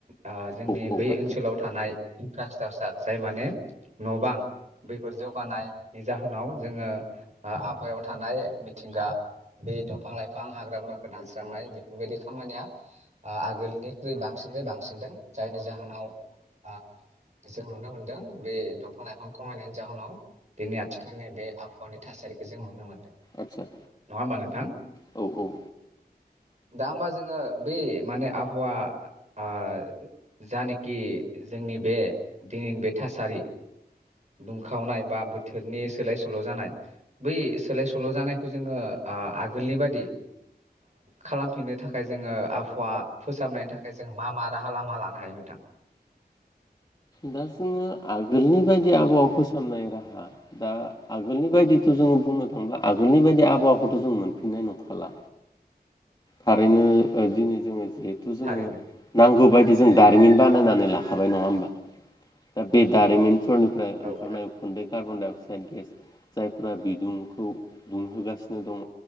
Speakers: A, on the right; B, on the left.
A: आह जोंनि
B: औ औ
A: बै
B: आदसा
A: ओनसोलाव थानाय <unintelligible> जाय माने न' बां बैफोर जौगानायनि जाहोनाव जोंङो आबहायाव थानाय मिथिंगा बे दंफां लाइफां बां हाग्राा बंग्रा दानस्रां साननाय बेफोरबायदि खामानिया आगोलनिख्रुइ बांसिनफ्राय बांसिनदों जायनि जाहोनाव ओ जों नुनो मोनदों बे दंफां लाइफां खमायनायनि जाहोनाव दिनै आथिखालनि बे आबहावानि थासारिखौ जों नुनो मोनदों।
B: आतसा
A: नङा होमबा नोंथां
B: औ औ
A: दा होमबा जोंङो बे माने आबहावा आ जा नेखि जोंनि बे दिनैनि बे थासारि दुंखावनाय बा बोथोरनि सोलाय सोल' जानाय बै सोलाय सोल' जानायखौ जोंङो ओ आगोलनि बादि खालामफिननो थाखाय जोंङो आबहावा फोसाबनायनि थाखाय जों मा मा राहा लामा लानो हायो नोंथां?
B: दा जोंङो आगोलनि बायदि आबहावा फोसाबनाय राहा दा आगोलनि बायदिथ' जोंङो बुंनो थांब्ला आगोलनि बायदि आबहावाखौथ' जों मोनफिननाय नंखाला थारैनो दिनै जोंङो जिहेथु जोंङो
A: थारैनो
B: नांगौबाय बि जों दारिमिन बानायनानै लाखाबाय नंङा होमबा? दा बे दारिमिन फोरनिफ्राय
A: औ
B: ओंखारनाय
A: थारैनो
B: उखुन्दै कार्बन-डाइ-अक्साइड गेस जायफोरा बिदुंखौ दुंहोगासिनो दंङ,